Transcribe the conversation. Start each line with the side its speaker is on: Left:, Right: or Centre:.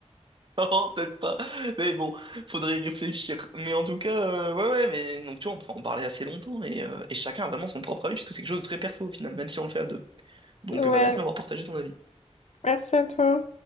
Right: <laughs> Non, peut-être pas. Mais bon, faudrait y réfléchir. Mais en tout cas, euh, ouais, ouais, mais donc tu vois, on pourra en parler assez longtemps et, euh, et chacun a vraiment son propre avis puisque c'est quelque chose de très perso au final, même si on le fait à deux. Donc,
Left: Ouais,
Right: euh, bah, merci de m'avoir partagé ton avis.
Left: merci à toi.